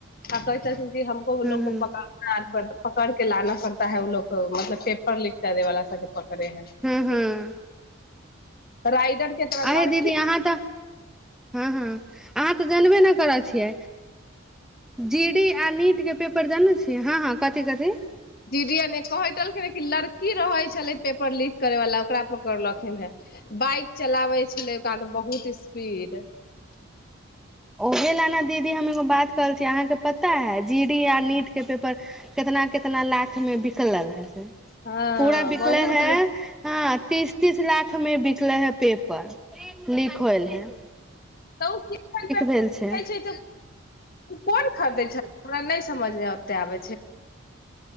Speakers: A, on the left (about 45°); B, in the centre.
A: आ कै छलखिन कि हमको ओ
B: हूँ
A: लोग
B: हूँ
A: को पका हाथ पर पकड़ के लाना पड़ता है, ओ लोग को, मतलब पेपर लिक करें वाला सब पकड़े है,
B: हूँ हूँ
A: रायगढ़ के तरह
B: अहे
A: लड़की
B: दीदी अहाँ तऽ, हँ -हँ अहाँ तऽ जनबे ने करै छियै। जी डी, आ नीट के पेपर जानै छियै, हँ -हँ कथि -कथि।
A: जी डी अ नीक कहैत रहन कि, लड़की रहे छलै पेपर लीक करे वाला, ओकरा पकड़लथिन हे। बाइक चलाबै छलै, कहादन बहुत स्पीड।
B: ओहे ल ने दीदी, हम एगो बात करे छिये, अहाँके पता है, जी डी, आ नीट के पेपर कितना- कितना लाखमे बिकलल हइ से।
A: हँ
B: पूरा बिकलै
A: बहुत
B: हैं। हँ, तीस- तीस लाख मे बिकले हे पेपर, लीक होइल है।
A: तऽ कि <unintelligible>
B: खेल छै।
A: उ कोन खरदै छल, हमरा नहि समझमे ओते आबै छै।